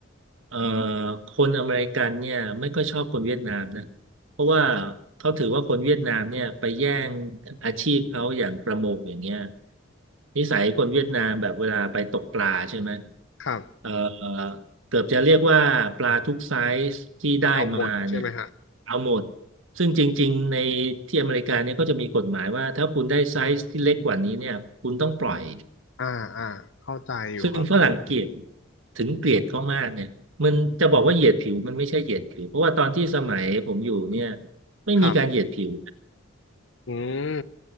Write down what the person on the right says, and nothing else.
เอ่อคนอเมริกันเนี่ยไม่ค่อยชอบคนเวียดนามนะเพราะว่าเขาถือว่าคนเวียดนามเนี่ยไปแย่งอาชีพเขาอย่างประมงอย่างเงี้ยนิสัยคนเวียดนามแบบเวลาไปตกปลาใช่ไหม
เอ่อเกือบจะเรียกว่าปลาทุกไซส์ที่ได้มาเนี่ย
เอาหมดซึ่งจริงๆในที่อเมริกาเนี่ยก็จะมีกฎหมายว่าถ้าคุณได้ไซส์ที่เล็กกว่านี้เนี่ยคุณต้องปล่อย
ซึ่งฝรั่งเกลียดถึงเกลียดเขามากเนี่ยมันจะบอกว่าเหยียดผิวมันไม่ใช่เหยียดผิวเพราะว่าตอนที่สมัยผมอยู่เนี่ยไม่มีการเหยียดผิว